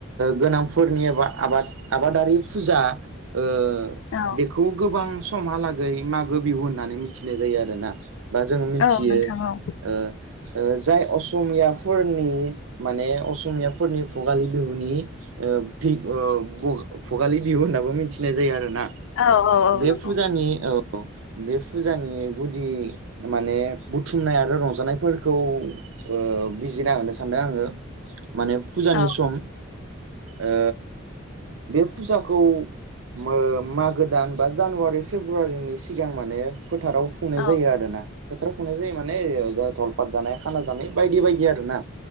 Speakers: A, on the right; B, on the left.
A: गोनांफोरनि एबा आबाद आबादारि फुजा ओ
B: औ
A: बेखौ गोबां स समहालागै मागो बिहु होननानै बे जायो आरोना बा जों मिथियो
B: औ नोंथां औ
A: ओ ओ जाय असमियाफोरनि माने असमियाफोरनि भुगाल बिहुनि ओ फि ओ भ भगालि बिहु होननाबो मिथिनाय जायो आरो ना
B: औ
A: बे
B: नंगौ
A: फुजानि औ औ बे फु जानि गुदि माने बुथुमनाय आरो रंजानायफोरखौ ओ बिजिना होनो सानदों आङो माने फुजानि
B: औ
A: सम ओ बे फुजाखौबो मागो दान बा जानुवारि फेब्रुवारिनि सिगां माने फोथाराव खुंनाय
B: औ
A: जायो आरोना फोथाराव खुंनाय जायोमोन माने जा धलपाथत जानाय खाना जानाय बायदि बायदि आरो ना